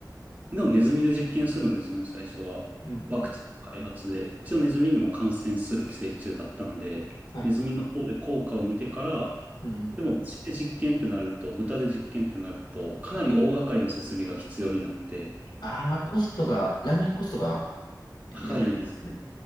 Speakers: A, on the right (about 20°); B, on the left (about 85°).
A: でもネズミで実験するんですよね、最初は。
B: うん、うん。
A: ワクチンの開発で。一応ネズミにも感染する寄生虫だったんで、
B: はい。
A: ネズミの方で効果を見てから、
B: うん、うん。
A: でも、牛で実験ってなると、豚で実験ってなると、かなり大掛かりの設備が必要になって、
B: ああ、コストが、ランニングコストがやばいってことですね。
A: 高いですね。